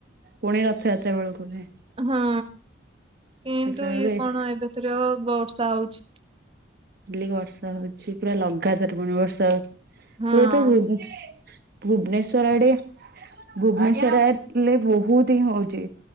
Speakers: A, on the right (about 50°); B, on the right (about 30°).
A: ପୁଣି ରଥଯାତ୍ରା ବେଳକୁ ହୁଏ।
B: ହଁ କିନ୍ତୁ
A: ଦେଖିଲା
B: ଇଏ
A: ବେଳକୁ
B: କଣ ଏବେ ଥରକ ବର୍ଷା ହଉଛି।
A: ହେ ବର୍ଷା ହଉଛି ପୁରା ଲଗାତାର ପୁଣି ବର୍ଷା ହଉଛି
B: ହଁ।
A: ପୁରା ତ ଭୁବନେଶ୍ଵର ଆଡେ ଭୁବନେଶ୍ଵରରେ ବହୁତ ହିଁ ହଉଛି